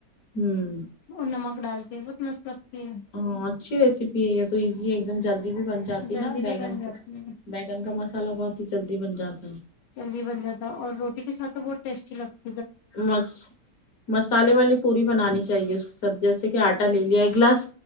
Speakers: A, on the left (about 60°); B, on the left (about 80°).
A: ہوں
B: اور نمک ڈال کے بہت مست لگتی ہے
A: ہاں اچھی ریسیپی ہے یہ تو ایزی ہے ایک دم جلدی بھی بن جاتی
B: جلدی
A: نا بیگن
B: بھی بن جاتی ہے
A: بیگن کا مسالہ بہت ہی جلدی بن جاتا ہے
B: جلدی بن جاتا اور روٹی کے ساتھ تو بہت ٹیسٹی لگتا ہے
A: مس مسالے والی پوری بنانی چاہیے اس سب جیسے کہ آٹا لے لیا ایک گلاس